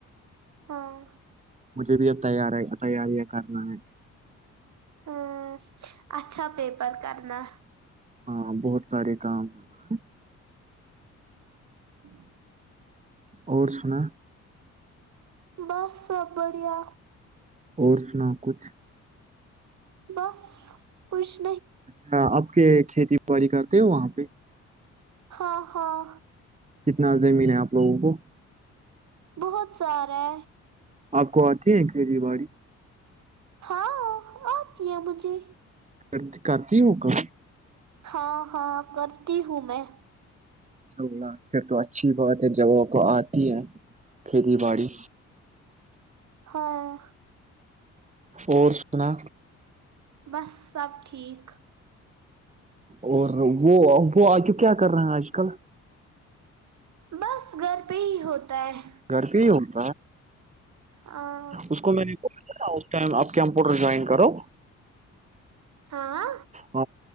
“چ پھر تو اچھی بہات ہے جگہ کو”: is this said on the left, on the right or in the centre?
Right